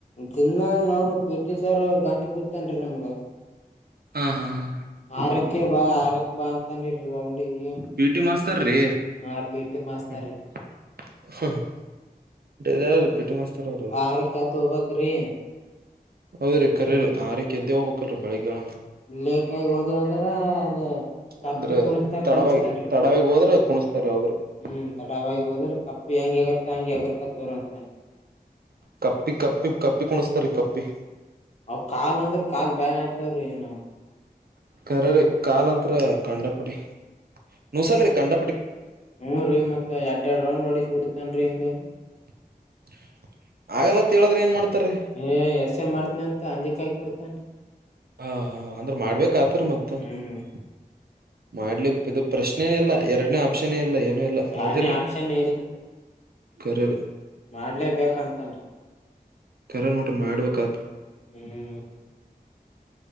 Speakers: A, on the left; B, on the right.
A: ದಿನ <inaudible> ಪಿ ಟಿ ಸರ್ ಗಂಟ್ಟು ಬೀಳ್ತನ್ರಿ ನಮ್ಗ
B: ಹಾ ಹಾ ಹಾ
A: ಆರಕ್ಕೆ ಬಾ ಆರಕ್ಕೆ ಬಾ ಅಂತಾನಾ <unintelligible>
B: ಪಿ ಟಿ ಮಾಸ್ತರ್ ರೀ
A: ಹಾ ಪಿ ಟಿ ಮಾಸ್ತ
B: ಹ್ಮ
A: ರೀ
B: <unintelligible> <unintelligible> ಪಿ ಟಿ ಮಾಸ್ತರ್ ಅವರು <inaudible>
A: ಆರಕ್ಕೆ ಎದ್ದ್ ಹೋಗ್ಬೇಕ್ರಿ
B: ಹೌದ ರೀ ಕರೆ ರೀ ಹಾ ಆರಕ್ಕೆ ಎದ್ದೆ ಹೋಗಬೇಕೆಂನ್ರೀ <unintelligible>
A: ಲೇಟ್ ಆಗಿ ಹೋದೇವ್ ಅಂದ್ರ ಅದ ಕಪ್ಪಿ ಕುಣಸ್ದಾಗ
B: ತಡವಾಗಿ
A: ಕುಣಸ್ತಾನ್ರಿ
B: ತಡವಾಗಿ ಹೋದ್ರೆ <unintelligible>
A: ಹ್ಮ್ ತಡವಾಗಿ ಹೋದ್ರ ಕಪ್ಪಿ ಹೆಂಗ ಹೆಗರುತ್ತೆ ಹಂಗೆ ಹೆಗೃತ ಕುರು ಅಂತಾನೆ
B: ಕಪ್ಪಿ ಕಪ್ಪಿ ಕಪ್ಪಿ ಕುಣಸ್ತಾರಿ ಕಪ್ಪಿ
A: ಅವ ಕಾಲ್ ಅಂದ್ರೆ ಕಾಲ್ ಬ್ಯಾನ್ ಆತವ್ರ ಏನ
B: ಕರೆ ರ್ರೀ ಕಾಲ ಅಂತ್ರ ಕಂಡಪಡಿ ನೂಸಲ್ರಿ ಕಂಡ
A: ಹ್ಮ್ ರೀ ಮತ್ತ ಎರ್ಡ್ರಡ್ ರೌಂಡ್ ಹೊಓಡಿಸಿ ಬಿಡ್ತನ್ರಿ ಹಿಂಗ
B: <inaudible> ಆಗಲ್ಲ ಅಂತ ಹೇಳಿದ್ರೆ ಏನ್ ಮಾಡ್ತಾ ರೀ
A: ಏ ಎಸ್ ಎ ಮಾಡ್ತನಿ ಅಂತ ಅಂಜಿಕ್ ಹಾಕಿ ಬಿಡ್ತಾನ್ರಿ
B: ಹಾ ಹಾ ಅಂದ್ರ ಮಾಡ್ಬೇಕ್ ಆತರ ಮತ್ತ
A: ಹ್ಮ್
B: <inaudible> ಮಾಡ್ಲಿ ಇದು ಪ್ರಶ್ನೆೇ ಇಲ್ಲ ಎರಡನೇ ಆಪ್ಷನ್ ಇಲ್ಲ <unintelligible>
A: ಯಾರ್ನೇ
B: ಹೌದಿಲ್ರಿ
A: ಆಪ್ಷನ್
B: <inaudible> ಕರೆ ರೀ
A: ಮಾಡ್ಲೇಬೇಕು ಅಂತಾನ್ರಿ
B: ಕರೆ ನೋಡ್ರಿ ಮಾಡ್ಬೇಕ
A: ಹ್ಮ್